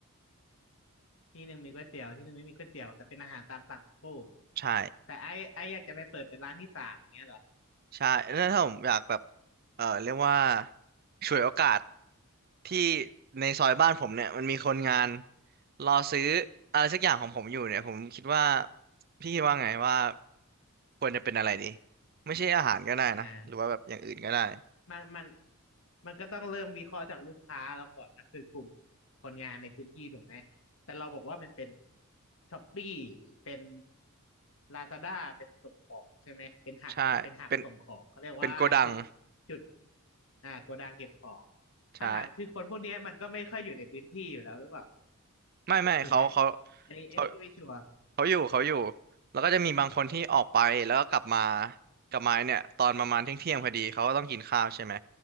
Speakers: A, on the left (about 60°); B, on the right (about 45°).
A: ที่หนึ่งมีก๋วยเตี๋ยวที่หนึ่งไม่มีก๋วยเตี๋ยวแต่เป็นอาหารตามสั่งทั้งคู่
B: ใช่
A: แต่ไอ้ไออยากจะไปเปิดเป็นร้านที่สามอย่างเงี้ยเหรอ
B: ใช่แล้วถ้าผมอยากแบบเออเรียกว่าฉวยโอกาสที่ในซอยบ้านผมเนี่ยมันมีคนงานรอซื้ออะไรสักอย่างของผมอยู่เนี่ยผมคิดว่าพี่คิดว่าไงว่าควรจะเป็นอะไรดีไม่ใช่อาหารก็ได้นะหรือว่าแบบอย่างอื่นก็ได้
A: อ่า มันมันมันก็ต้องเริ่มวิเคราะห์จากลูกค้าเราก่อนก็คือกลุ่มคนงานในพื้นที่ถูกไหมแต่เราบอกว่ามันเป็นช้อปปี้เป็นลาซาด้าเป็นส่งของใช่ไหมเป็นหับเป็นหับส่งของเขาเรียกว่าจุด
B: ใช่เป็นเป็นโกดัง
A: จุดอ่าโกดังเก็บของ
B: ใช่
A: คำถามคือคนพวกเนี้ยมันก็ไม่ค่อยอยู่ในพื้นที่อยู่แล้วหรือเปล่า
B: ไม่ไม่เขาเขา
A: ถูกไหมอันนี้อันนี้พี่ไม่ชัวร์
B: เขาเขาอยู่เขาอยู่แล้วก็จะมีบางคนที่ออกไปแล้วก็กลับมากลับมาเนี่ยตอนประมาณเที่ยงเที่ยงพอดีเขาก็ต้องกินข้าวใช่ไหม